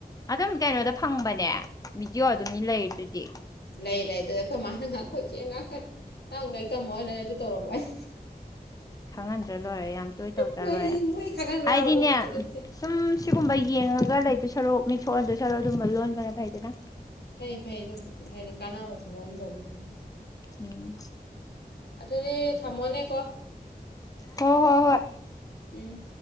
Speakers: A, on the left; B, on the left.
A: ꯑꯗꯨꯝ ꯀꯩꯅꯣꯗ ꯐꯪꯕꯅꯦ ꯚꯗꯤꯑꯣꯗ ꯑꯗꯨꯅꯤ ꯂꯥꯏꯇꯗꯤ
B: ꯂꯩ ꯂꯩ ꯑꯗꯨꯗ ꯑꯩꯈꯣꯏ ꯃꯥꯅ ꯉꯥꯏꯍꯥꯛꯈꯣꯏ ꯆꯦ ꯉꯥꯏꯍꯥꯛꯀ ꯇꯪ ꯂꯩ ꯇꯝꯃꯣ ꯍꯥꯏ ꯂꯩ ꯑꯗꯨ ꯇꯧꯔꯕ ꯑꯩ
A: ꯈꯪꯍꯟꯗ꯭ꯔꯥ ꯂꯣꯏꯔꯦ ꯌꯥꯝ ꯇꯣꯏ ꯇꯧꯗ꯭ꯔꯥ
B: ꯃꯣꯏ
A: ꯂꯣꯏꯔꯦ
B: ꯃꯣꯏ ꯈꯪꯍꯟꯕ
A: ꯍꯥꯏꯗꯤꯅꯦ
B: ꯌꯥꯕ ꯑꯝꯇ ꯅꯠꯇꯦ
A: ꯁꯨꯝ ꯁꯤꯒꯨꯝꯕ ꯌꯦꯡꯉꯒ ꯈꯔ ꯂꯩꯗ ꯁꯔꯨꯛ ꯃꯤꯠ ꯁꯣꯛꯍꯟꯗ ꯁꯔꯣ ꯑꯗꯨꯝꯕ ꯂꯣꯟꯕꯅ ꯐꯩꯗꯅ
B: ꯐꯩ ꯐꯩ ꯑꯗꯨꯕꯨꯗꯤ ꯍꯥꯏꯗꯤ ꯀꯥꯟꯅꯕ ꯊꯕꯛ ꯑꯃ ꯇꯧꯅꯤ
A: ꯎꯝ
B: ꯑꯗꯨ ꯑꯗꯨꯗꯤ ꯊꯝꯃꯅꯦ ꯀꯣ
A: ꯍꯣ ꯍꯣ ꯍꯣꯏ꯫
B: ꯎꯝ